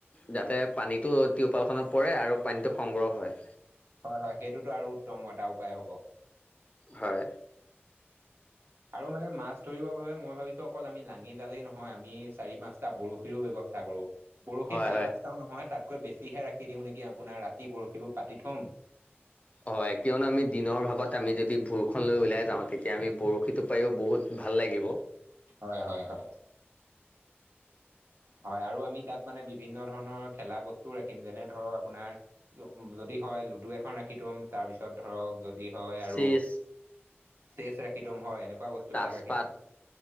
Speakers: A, on the left; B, on the right.
A: যাতে পানীতটো টিউপাল পাল খনত পৰে আৰু পানীতো সংগ্ৰহ হয়।
B: হয় হয়, সেইটোতো আৰু উত্তম এটা উপায় হ'ব।
A: হয়।
B: আৰু মানে মাছ ধৰিব বাবে মই ভাবিছো অকল আমি লাঙি জালেই নহয়, আমি চাৰি পাঁচটা বৰশীৰো ব্যৱস্থা। কৰোঁ। বৰশী
A: হয়
B: চাৰি
A: হয়
B: - পাঁচটাও নহয়, তাতকৈ বেছিহে ৰাখি দিওঁ নেকি আপোনাৰ ৰাতি বৰশীবোৰ পাতি থম।
A: হয় কিয়নো আমি দিনৰ ভাগত আমি যদি ভুৰখন লৈ ওলাই যাওঁ তেতিয়া আমি বৰশী টু পাইয়ো বহুত ভাল লাগিব।
B: হয় হয় হয়। হয় আৰু আমি তাত মানে বিভিন্ন ধৰণৰ খেলা বস্তু ৰাখিম যেনে ধৰক আপোনাৰ যদি হয় লুডু এখন ৰাখি থম, তাৰপিছত ধৰক যদি হয় আৰু
A: চিজ
B: চেচ ৰাখি থম হয় এনেকুৱা বস্তু
A: তাজপাত
B: বিলাক ৰাখি থম।